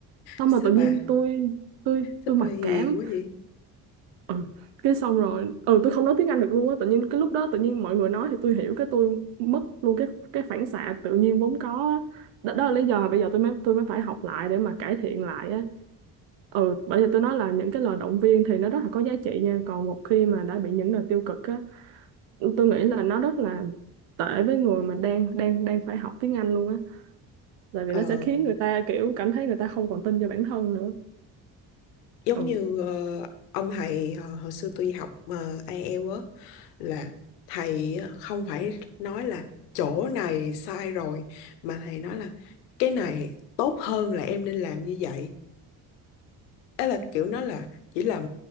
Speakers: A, on the right; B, on the left.
A: xong
B: sao
A: mà tự nhiên
B: bà
A: tôi tôi
B: sao
A: tôi mặc
B: bà hiền
A: cảm
B: quá vậy
A: ừ. cái xong rồi ừ tôi không nói tiếng Anh được luôn á tự nhiên cái lúc đó tự nhiên mọi người nói thì tôi hiểu cái tôi mất luôn cái cái phản xạ tự nhiên vốn có á. đó, đó là lý do bây giờ tôi mới tôi mới phải học lại để mà cải thiện lại á ừ bởi vì tôi nói là những cái lời động viên thì nó rất là có giá trị nha còn một khi mà đã bị những lời tiêu cực á tôi nghĩ là nó rất là tệ với người mà đang đang đang phải học tiếng Anh luôn á tại vì
B: ờ
A: nó sẽ khiến người ta kiểu cảm thấy người ta không còn tin cho bản thân nữa
B: giống
A: ừ
B: như ờ, ông thầy hồi, hồi xưa tôi học ờ, ai eo á là thầy á, không phải nói là chỗ này sai rồi mà thầy nói là cái này tốt hơn là em nên làm như vậy Đó là kiểu nó là chỉ là